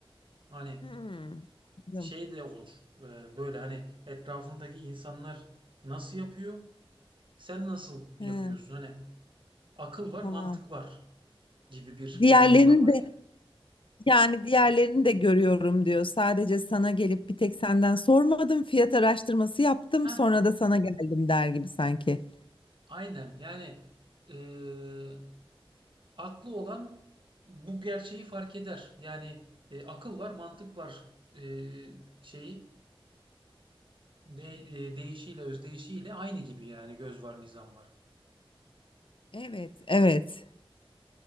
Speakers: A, on the right; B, on the left.
A: Hani
B: Hmm. Anladım.
A: şey de olur. eee, böyle hani etrafındaki insanlar nasıl yapıyor? Sen nasıl yapıyorsun?
B: He,
A: Hani akıl var,
B: tamam.
A: mantık var. gibi bir
B: Diğerlerini
A: kullanımı da var
B: de
A: yani.
B: Yani diğerlerini de görüyorum diyor. Sadece sana gelip bir tek senden sormadım, fiyat araştırması yaptım,
A: Heh,
B: sonra da sana geldim der gibi sanki.
A: aynen yani eee, aklı olan bu gerçeği fark eder. Yani e, akıl var, mantık var eee, şeyi de, e, değişiyle, özdeyişiyle aynı gibi yani göz var, nizam var.
B: Evet, evet.